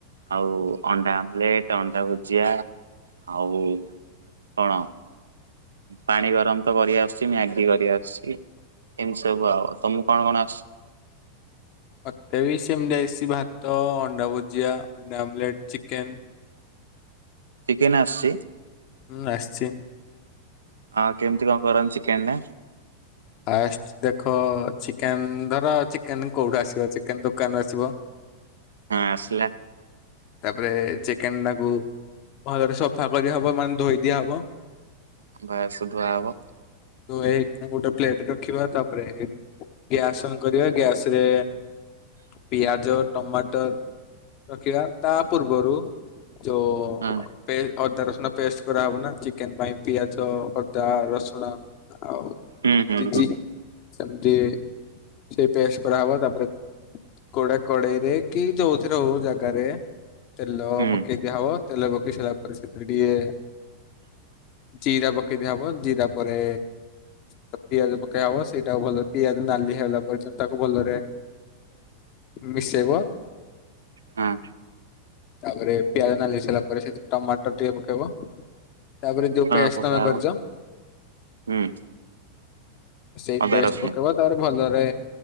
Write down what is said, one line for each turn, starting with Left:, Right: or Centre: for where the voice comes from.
Right: ଆଉ ଅଣ୍ଡା ଆମଲେଟ, ଅଣ୍ଡା ଭୁଜିଆ, ଆଉ କଣ ଆଉ ପାଣି ଗରମ ତ କରି ଆସୁଛି, ମ୍ୟାଗି କରି ଆସୁଛି, ଏମିତି ସବୁ ଆଉ ତମକୁ କଣ କଣ ଆସୁଛି?
Left: ମତେ ବି ସେମିତି ଆଇସି ଭାତ, ଅଣ୍ଡା ଭୁଜିଆ, ଅଣ୍ଡା ଆମଲେଟ, ଚିକେନ,
Right: ଚିକେନ ଆସଛି?
Left: ହୁଁ ଆସିଛି।
Right: ଆଉ କେମିତି କଣ କରନ୍ତି ଚିକେନ ଟା?
Left: ଫାଷ୍ଟ ଦେଖ ଚିକେନ ଧର ଚିକେନ କୋଉଠୁ ଆସିବ ଚିକେନ ଦୋକାନରୁ ଆସିବ।
Right: ହଁ ଆସିଲ।
Left: ତାପରେ ଚିକେନ ଟାକୁ ଭଲରେ ସଫା କରି ହବ ମାନେ ଧୋଇ ଦିଆ ହବ।
Right: ବା ସୁଧୁଆ ହବ <unintelligible>
Left: ତ ଏ ଗୋଟେ <unintelligible> ପ୍ଲେଟ ରଖିବା ତାପରେ ଗ୍ୟାସ୍ ଅନ୍ କରିବା ଗ୍ୟାସ ରେ ପିଆଜ, ଟମାଟର, ରଖିବା ତା ପୂର୍ବରୁ ଯୋଉ
Right: ହଁ
Left: ଅଦା ରସୁଣ ପେଷ୍ଟ କରାହବ ନା ଚିକେନ ପାଇଁ ପିଆଜ ମାଚ ଅଦା ରସୁଣ ଆଉ
Right: ହୁଁ
Left: ଚିଜି
Right: ହୁଁ ହ।
Left: ସେମିତି ସେଇ ପଆସ୍ କରାହବ ତାପରେ କୋଡା କଡେଇରେ କି ଯୋଉଥିରେ ହଉ ଜାଗା ଘରେ <unintelligible> ତେଲ
Right: ହୁଁ
Left: ପକେଇ ଦିଆହବ ତେଲ ପକେଇ ସାରିଲା ପରେ ସେଥିରେ ଟିକେ ଜିରା ପକେଇ ଦିଆହବ, ଜିରା ପରେ, ତ ପିଆଜ ପକେଇ ହବ, ସେଇଟାକୁ ଭଲ ପିଆଜ ନାଲି ହେଲା ପର୍ଯ୍ୟନ୍ତ ତାକୁ ଭଲରେ ମିଶେଇବ
Right: ହଁ
Left: ତାପରେ, ପିଆଜ ନାଲି ହେଇ ସାରିଲା ପରେ ସେଥି ଟମାଟର ଟିକେ ପକେଇବ ତାପରେ ଯୋଉ
Right: ହଁ
Left: ପେଜ
Right: ପକା
Left: ତମେ
Right: ହବ।
Left: କରିଛ
Right: ହୁଁ
Left: ସେଇ
Right: ଅଦା
Left: ବେଷ୍ଟ
Right: ରସୁଣ
Left: ପକେଇବା ତାର ଭଲ। ରେ।